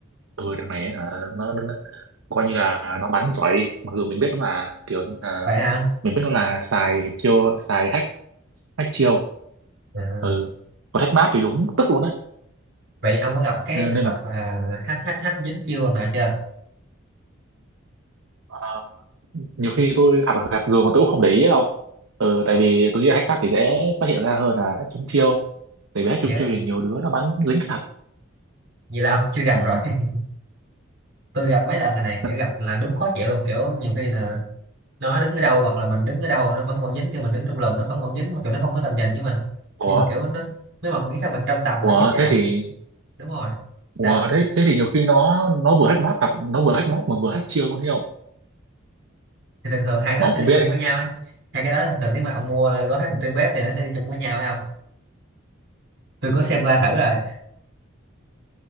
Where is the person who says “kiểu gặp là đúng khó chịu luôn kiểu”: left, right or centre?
Right